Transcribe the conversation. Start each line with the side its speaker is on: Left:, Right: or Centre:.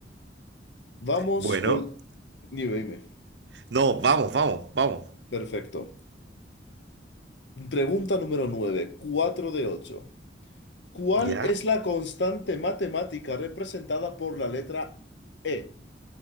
Left: Vamos
Right: Bueno,
Left: con... Dime, dime.
Right: no, vamos, vamos, vamos.
Left: Perfecto. Pregunta número 9, 4 de 8. ¿Cuál
Right: Ya.
Left: es la constante matemática representada por la letra E?